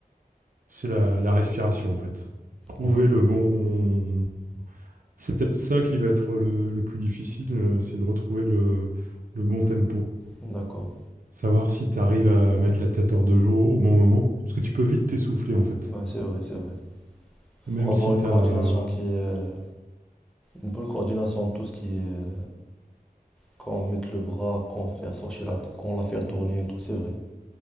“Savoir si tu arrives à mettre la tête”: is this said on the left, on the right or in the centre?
Right